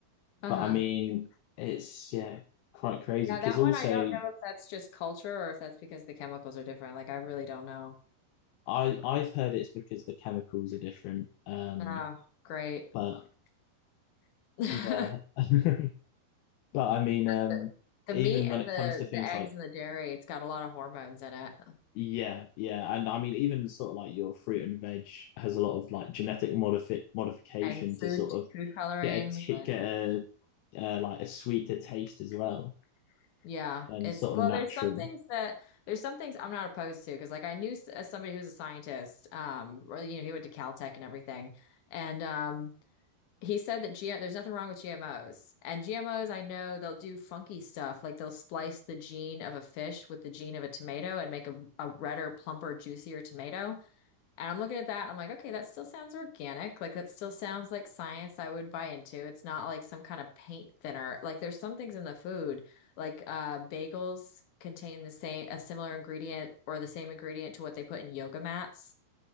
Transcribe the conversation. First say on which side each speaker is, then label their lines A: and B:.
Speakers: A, on the left (about 60°); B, on the left (about 80°).
A: Uh-huh.
B: but I mean, it's yeah quite crazy
A: Yeah,
B: because
A: that
B: also
A: one I don't know if that's just culture or if that's because the chemicals are different. Like I really don't know.
B: I I've heard it's because the chemicals are different. Um,
A: Oh, great.
B: but <laughs>
A: <laughs>
B: yeah. <laughs> But I mean, um,
A: The, the
B: even
A: meat and
B: when it
A: the
B: comes to things
A: the eggs
B: like,
A: and the dairy, it's got a lot of hormones in it.
B: yeah, yeah, and I mean, even sort of like your fruit and veg has a lot of like genetic modifi modification
A: And food
B: to sort of
A: food colorings
B: get a t
A: and
B: get a uh, like a sweeter taste as well,
A: yeah,
B: and
A: it's
B: sort
A: well
B: of natural.
A: there's some things that there's some things I'm not opposed to because like I knew s- uh, somebody who was a scientist um or you know he went to Caltech and everything and um he said that G there's nothing wrong with GMOs. And GMOs I know they'll do funky stuff like they'll splice the gene of a fish with the gene of a tomato and make a, a redder, plumper, juicier tomato. And I'm looking at that and I'm like, okay, that still sounds organic. Like that still sounds like science I would buy into. It's not like some kind of paint thinner. Like there's some things in the food, like uh bagels contain the same a similar ingredient or the same ingredient to what they put in yoga mats,